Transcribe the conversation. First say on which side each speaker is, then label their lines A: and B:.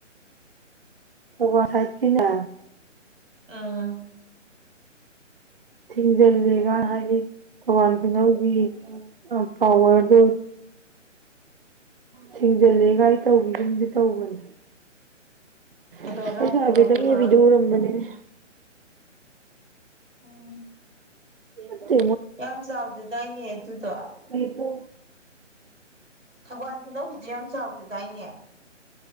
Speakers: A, on the right; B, on the right.
A: ꯋꯥꯍꯠꯀꯤꯅꯥ
B: ꯎꯝ
A: ꯊꯤꯡꯖꯤꯜꯂꯦꯒ ꯍꯥꯏꯌꯦ ꯊꯧꯕꯥꯜ ꯈꯨꯅꯧꯒꯤ ꯑ ꯄꯥꯎꯋꯔꯗꯨ ꯊꯤꯡꯖꯤꯜꯂꯦꯒꯥꯏ ꯇꯧꯒꯤꯒꯨꯝꯗꯤ ꯇꯧꯕꯅꯤ
B: ꯀꯩꯗꯧꯔꯖꯥꯠꯅꯣ
A: ꯑꯩꯁꯨ
B: ꯇꯣꯂꯣꯞꯄꯤꯔꯝꯃꯔꯣꯏ
A: ꯍꯥꯏꯐꯦꯇꯪ ꯑꯦꯕꯤꯗ ꯎꯔꯝꯕꯅꯤꯅꯦ
B: ꯎꯝ
A: ꯅꯠꯇꯦ
B: ꯌꯥꯝ ꯆꯥꯎꯗꯗꯥꯏꯅꯦ ꯑꯗꯨꯗꯣ
A: ꯑꯩꯩꯗꯣ
B: ꯊꯧꯕꯥꯟ ꯈꯨꯅꯧꯁꯤꯗꯤ ꯌꯥꯝ ꯆꯥꯎꯗꯦꯗꯥꯏꯅꯦ